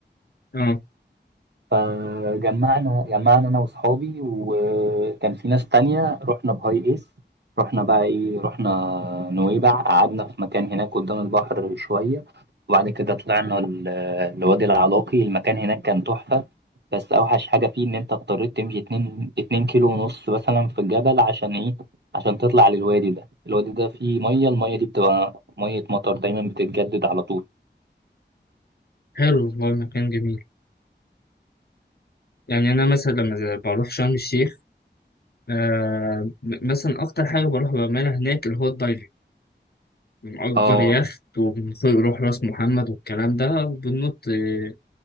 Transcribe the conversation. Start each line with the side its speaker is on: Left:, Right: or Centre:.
Left: اه
Right: فجمعنا جمعنا انا واصحابي وكان في ناس تانية رحنا بهاي ايس رحنا بقى ايه رحنا نويبع قعدنا في مكان هناك قدام البحر شوية وبعد كده طلعنا ال- لوادي العلاقي المكان هناك كان تحفة بس اوحش حاجة فيه ان انت اضطريت تمشي اتنين اتنين كيلو ونص مثلا في الجبل عشان ايه عشان تطلع للوادي ده الوادي ده فيه مية المية دي بتبقى مية مطر دايما بتتجدد على طول
Left: حلو والله المكان جميل يعني أنا مثلا لما بروح شرم الشيخ آه م- مثلا أكتر حاجة بروح بعملها هناك اللي هو الدايفنج بنأجر
Right: اه
Left: يخت وبنروح راس محمد والكلام ده وبننط آه،